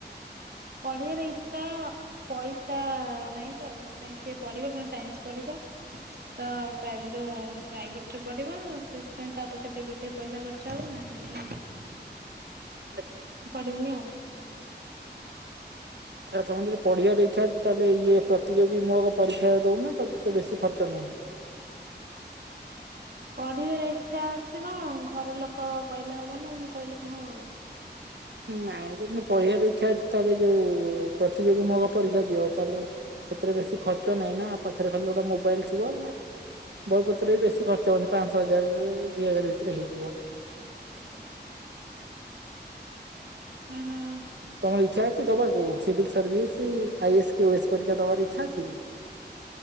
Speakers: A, on the right; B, on the right.
A: ପଢିବାର ଇଛା ପଇସା ନାଇଁତ ସେଥିପାଇଁ ସିଏ ପଢିବ ପୁଣି ସାଇନ୍ସ ପଢିବ। ତ ପ୍ରାଇମ୍ ଯୋଉ ପ୍ରାଇଭେଟ ରେ ପଢ଼ିବ ସେଥିପାଇଁ ତା ପଛରେ ଟିକେ ବେଶି ପଇସା ଖର୍ଚ୍ଚ ହେବ ନା ସେଥିପାଇଁ
B: ଆଚ୍ଛା।
A: ପଢିବିନି ଆଉ।
B: ଛା ତମେ ଯଦି ପଢ଼ିବାରେ ଇଛା ଅଛି ତାହେଲେ ଇଏ ପ୍ରତିଯୋଗୀ ମୂଳକ ପରୀକ୍ଷା ଦଉନ ତ ତେ ବେଶୀ ଖର୍ଚ୍ଚ ନାହିଁ।
A: ପଢିବାରେ ଇଚ୍ଛା ଅଛି କଣ ଘର ଲୋକ କହିଲେ ହବ ନା ମୁଁ କହିଲେ କଣ ହବ କିଛି।
B: ନାଇଁ ଯଦି ପଢିବାରେ ଇଚ୍ଛା ଅଛି ତାହେଲେ ଯୋଉ ପ୍ରତିଯୋଗୀ ମୂଳକ ପରୀକ୍ଷା ଦିଅ ତାହେଲେ ସେଥିରେ ବେଶୀ ଖର୍ଚ୍ଚ ନାହିଁ ନା ପାଖରେ ଖାଲି ଗୋଟେ ମୋବାଇଲ ଥିବ <unintelligible> ବହିପତ୍ର ବି ବେଶୀ ଖର୍ଚ୍ଚ ହଉନି ପାଞ୍ଚ ହଜାର ଦି ହଜାର ଭିତରେ ହେଇଯିବ।
A: <inaudible> ହଁ ହଁ
B: ତମର ଇଚ୍ଛା ଅଛି ଦବାକୁ ସିଭିଲ୍ ସର୍ଭିସ୍ ଆଇ ଏସ୍ ୱସ୍ ପରୀକ୍ଷା ଦବାର ଇଛା ଅଛି କି?